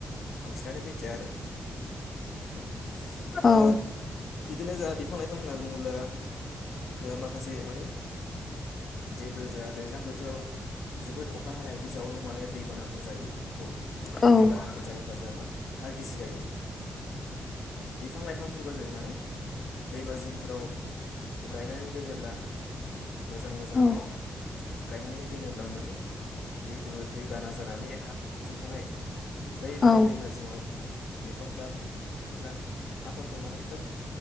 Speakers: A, on the left; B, on the left.
A: बांसिनानो मिथिया आरो औ। ओ
B: औ।
A: बिदिनो जाहा बिफां लाइफां होनना बुङोब्ला जोंहा माखासे माने जिहेतु जोंहा दैज्लां बोथोराव जोबोद अखा हानायनि जाउनाव माने दै बानाफोर जायो। औ
B: औ उम
A: दै बानाफोर जायोबा जोंहा मा हा गिसि गायो बिफां लाइफां फोरखौ जों माने दैमा जिंफोराव गायनानै दोनोब्ला। मोजां मोजाङैनो।
B: औ
A: गायनानै दोनोब्ला माने जिहेथु दैबाना जानानै हा खुरखानाय। बै माने
B: औ
A: दैमा जिङाव बिफांफ्रा थायोब्ला हाफोरखौ माने खोब।